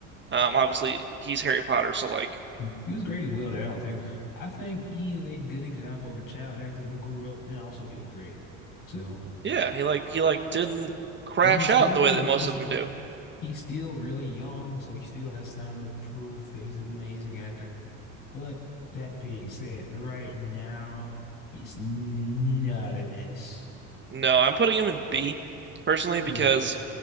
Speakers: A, on the right; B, on the left.
A: Um, obviously he's Harry Potter, so like,
B: Hmm. He was great in Will Out too. I think he is a good example of a child actor who grew up and also did great. So,
A: yeah, he like he like didn't crash
B: and he's still
A: out the way that
B: re-
A: most
B: he's
A: of them do.
B: he's still really young, so he still has time to prove that he's an amazing actor. But that being said, right now he's not an S.
A: No, I'm putting him in B personally because
B: Yeah.